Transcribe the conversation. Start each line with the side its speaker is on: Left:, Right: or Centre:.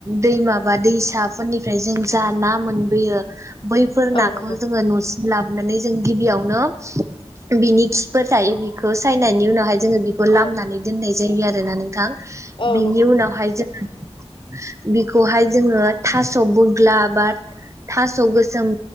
Right: दै माबा दैसाफोरनिफ्राय जों जा ना मोनबोयो बैफोर
Left: औ
Right: नाखौ
Left: नंगौ
Right: जोङो न'सि लाबोनानै जों गिबियावनो बिनि खिफोर थायो बेखौ सायनायनि उनावहाय जोङो बेखौ लामनानै
Left: औ
Right: दोननाय जायो जै आरो नानै नोंथां
Left: औ
Right: बिनि उनावहाय जोङो बिखौहाय जोङो थास' बुग्ला बा थास' गोसोम